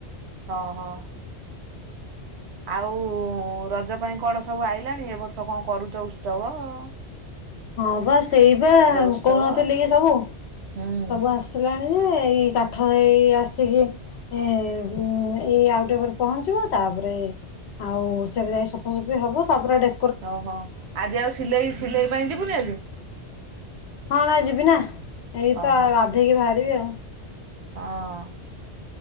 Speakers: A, on the right (about 70°); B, on the left (about 70°).
A: ହଁ ହଁ। ଆଉ ରଜ ପାଇଁ କଣ ସବୁ ଆଇଲାଣି ଏ ବର୍ଷ କଣ କରୁଛ ଉତ୍ସବ ଆଉ?
B: ହଁ ବା ସେଇ ବା
A: ଉତ୍ସବ
B: କହୁନଥିଲି କି ସବୁ
A: ହୁଁ।
B: ସବୁ ଆସ ଆସିଲାଣି ଯେ ଏଇ କାଠ ହେଇ ଆସିକି। ଏ ଏଇ ଆଉଟେ ଉପରେ ପହଞ୍ଚିବ ତାପରେ ଆଉ ସେବେ ଯାଇ ସଫାସଫି ହବ ତାପରେ ଡେ
A: ଓହୋ ଆଜି ଆଉ ସିଲେଇ ସିଲେଇ ପାଇଁ ଯିବୁନି ଆଜି।
B: ହଁ ନାଇ ଯିବି ନା ଏଇ
A: ଓହୋ
B: ତ ଗାଧେଇକି ବାହାରିବି ଆଉ।
A: ହଁ।